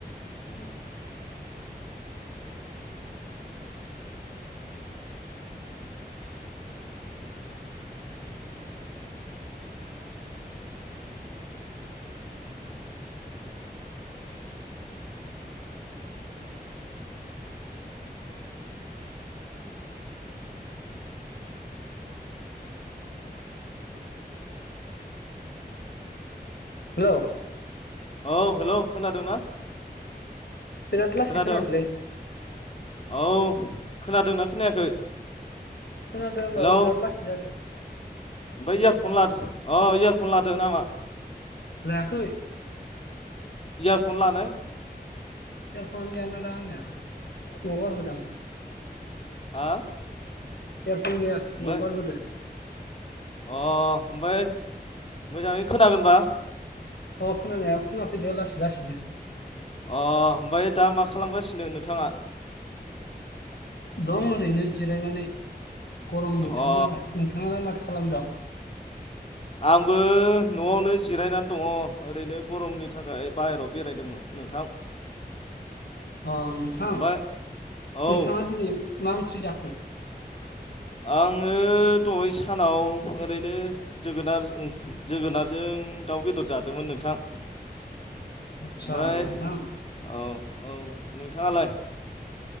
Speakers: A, on the left (about 40°); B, on the left (about 85°).
A: उ
B: हेल'
A: औ हेलौ खोनादोंना
B: बिराद लासै
A: खोनादों
B: खोनादोलै
A: औ खोनादोंना खोनायाखै
B: खोनादों होनबाबो
A: हेलौ
B: बिराद लासै जादों
A: ओमफ्राय इयारफन लादो अ इयारफन लादो नामा
B: लायाखै
A: इयारफन लानाय
B: एयारफनानो गैया ना दा आंनिया नवाव गारबोदों
A: हा
B: एयारफन गैया
A: ओमफ्राय
B: नवाव गारबोदो
A: अ ओमफ्राय मोजाङै खोनागोनबा
B: अ खोनानाया फैदो लासैलासैनो
A: अ ओमफ्राय दा मा खालामगासिनो नोंथाङा
B: दं ओरैनो जिरायनानै गरम बोथोर
A: अ
B: नालाय नोंथाङालाय माथो खालामदों
A: आंबो न'आवनो जिरायनानै दङ ओरैनो गरमनि थाखाय बाहेरायाव बेरायदोंमोन नोंथां
B: अ नोंथां
A: ओमफ्राय औ
B: नोंथाङा दिनै मा ओंख्रि जाखो
A: <inaudible> आङो दहाय सानाव ओरैनो जोगोनार जोगोनारजों आ दाउ बेदर जादोंमोन नोंथां ओमफ्राय
B: आदसा नोंथां
A: औ औ नोंथाङालाय